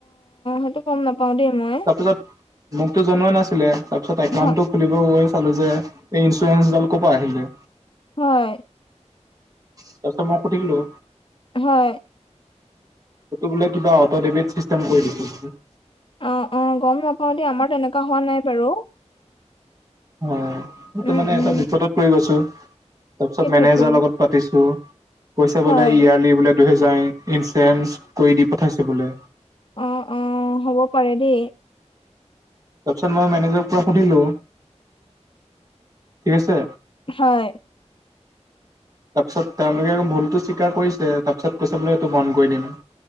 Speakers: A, on the left; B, on the right.
A: অটো গ'ম নাপাও দেই মই।
B: তাৰপিছত মোকতো জনোৱা নাছিলে তাৰপিছত একাউণ্টো
A: হ-
B: খুলিব গৈ চালো যে এই ইঞ্চুৰেঞ্চডাল ক'ৰ পৰা আহিলে।
A: হয়।
B: তাৰপিছত মই সুধিলো
A: হয়।
B: এটো বোলে কিবা অটো ডেবিট চিচটেম কৰি দিছে।
A: অ', অ', গ'ম নাপাওঁ দে আমাৰ তেনেকুৱা হোৱা নাই বাৰু।
B: অ', সেইটো
A: উম
B: মানে
A: উম
B: এটা বিপদত পৰি গৈছোঁ তাৰপিছত
A: সেইটোয়েতো
B: মেনেজাৰ লগত পাতিছোঁ। পইচা
A: হয়
B: বোলে ইয়াৰ্লি বোলে দুহেজাৰ ইঞ্চুৰেঞ্চ কৰি দি পঠাইছে বোলে।
A: অ', অ', হ'ব পাৰে দেই।
B: তাৰপিছত মই মেনেজৰ পৰা সুধিলো। ঠিক আছে।
A: হয়।
B: তাৰপিছত তেওঁলোকে ভুলতো স্বীকাৰ কৰিছে তাৰপিছত কৈছে বোলে এইেইটো বন্ধ কৰি দিম।